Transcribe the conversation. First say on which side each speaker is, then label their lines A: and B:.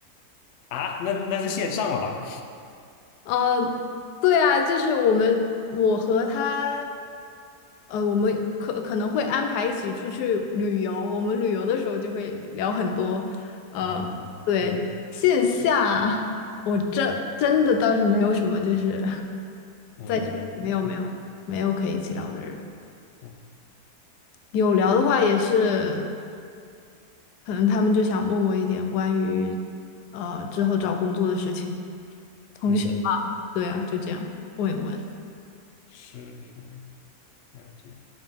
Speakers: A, on the left; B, on the left.
A: 啊，那那是线上了吧？
B: 呃，对啊，就是我们，我和他，呃，我们可可能会安排一起出去旅游。我们旅游的时候就会聊很多，呃，
A: 啊，
B: 对，
A: 嗯
B: 线下我真真的倒是没有什么，就是
A: 嗯
B: <laughs> 没有没有没有可以一起聊的人。
A: 嗯，
B: 有聊的话也是，可能他们就想问我一点关于呃之后找工作的事情，同学嘛，
A: 嗯
B: 对啊，就这样问一问。
A: 是是，了解。